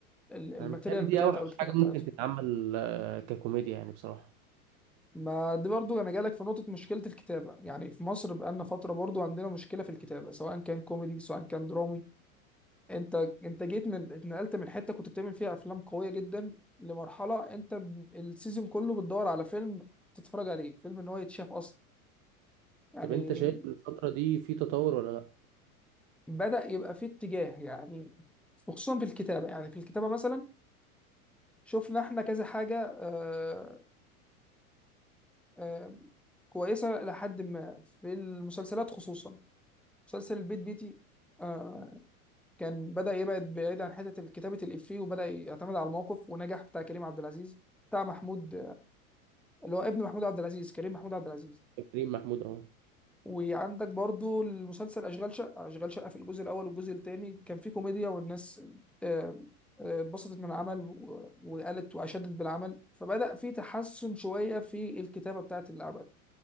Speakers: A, in the centre; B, on the right (about 35°).
A: ال- الماتيريال
B: انا متهيألي دي
A: بتاعتها
B: اوحش
A: أو الكتابة
B: حاجه
A: بتاعتها
B: ممكن تتعمل آه، ككوميديا يعني بصراحه
A: ما دي برضو انا جالك في نقطة مشكلة الكتابة يعني في مصر بقالنا فترة برضو عندنا مشكلة في الكتابة سواء كان كوميدي سواء كان درامي انت انت جيت من اتنقلت من حتة كنت بتعمل فيها افلام قوية جدا لمرحلة انت ب- السيزون كله بتدور على فيلم تتفرج عليه فيلم ان هو يتشاف اصلا يعني
B: طب انت شايف الفتره دي في تطور ولا لا
A: بدأ يبقى فيه اتجاه يعني وخصوصا في الكتابة يعني في الكتابة مثلا شفنا احنا كذا حاجة آه، آه، كويسة لحد ما في المسلسلات خصوصا مسلسل البيت بيتي آه، كان بدأ يبعد بعيد عن حتة كتابة الإفيه وبدأ يعتمد على الموقف ونجح بتاع كريم عبد العزيز بتاع محمود اللي هو ابن محمود عبد العزيز كريم محمود عبد العزيز
B: يا كريم محمود اهو
A: وعندك برضو المسلسل أشغال شقة أشغال شقة في الجزء الأول والجزء الثاني كان فيه كوميديا والناس آه، آه، اتبسطت من العمل و- وقالت وأشادت بالعمل فبدأ فيه تحسن شوية في الكتابة بتاعة العمل